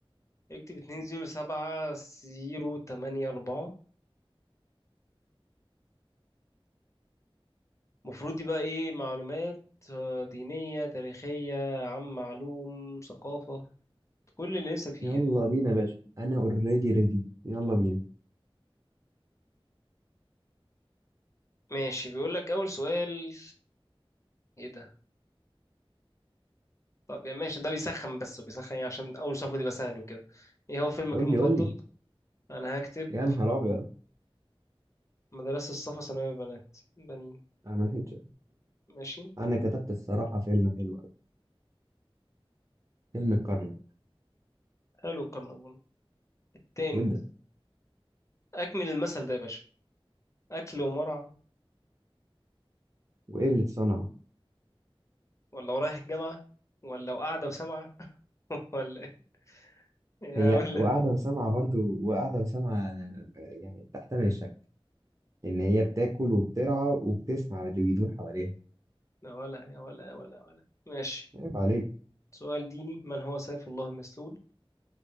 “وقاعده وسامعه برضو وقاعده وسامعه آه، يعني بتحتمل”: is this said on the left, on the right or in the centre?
Right